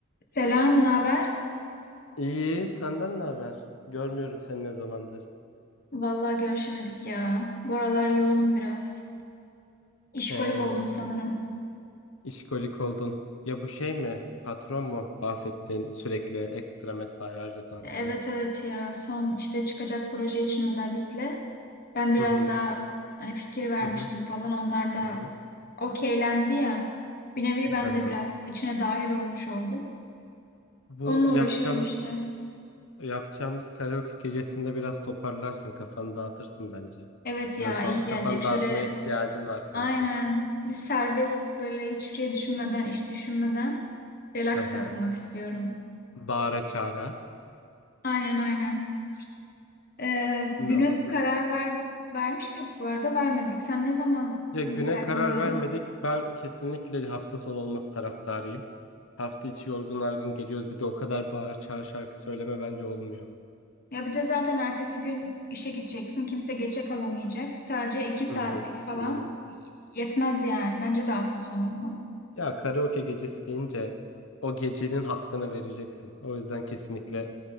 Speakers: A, on the left; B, on the left.
A: Selam, ne haber?
B: İyi, senden ne haber? Görmüyorum seni ne zamandır.
A: Vallahi görüşemedik ya. Bu aralar yoğunum biraz. İşkolik
B: He,
A: oldum sanırım.
B: işkolik oldun. Ya bu şey mi? Patron mu? Bahsettiğin sürekli ekstra mesai harcatan
A: Evet
B: size.
A: evet ya. Son işte çıkacak proje için özellikle. Ben biraz
B: Hı hı,
A: daha hani fikir vermiştim
B: hı hı,
A: falan. Onlar da
B: hı hı.
A: okeylendi ya. Bir nevi ben
B: hı hı.
A: de biraz içine dahil olmuş oldum.
B: Bu
A: Onunla
B: yapacağımız
A: uğraşıyorum işte.
B: yapacağımız karaoke gecesinde biraz toparlarsın, kafanı dağıtırsın bence.
A: Evet
B: Biraz
A: ya
B: da
A: iyi gelecek.
B: kafanı
A: Şöyle
B: dağıtmaya ihtiyacın var sanki.
A: aynen bir serbest böyle hiçbir şey düşünmeden, iş düşünmeden relax
B: Hı hı.
A: takılmak istiyorum.
B: Bağıra çağıra.
A: Aynen aynen. Ee,
B: Bilmiyorum.
A: güne karar ver, vermiş miydik bu arada? Vermedik. Sen ne zaman
B: Ya güne
A: müsaitim
B: karar
A: diyordun?
B: vermedik. Ben kesinlikle hafta sonu olması taraftarıyım. Hafta içi yorgun argın geliyoruz. Bir de o kadar bağır çağır şarkı söyleme bence olmuyor.
A: Ya bir de zaten ertesi gün işe gideceksin. Kimse geçe kalamayacak. Sadece iki saatlik
B: Hı hı.
A: falan
B: Hı hı.
A: yetmez yani. Bence de hafta sonu olmalı.
B: Ya karaoke gecesi deyince o gecenin hakkını vereceksin. O yüzden kesinlikle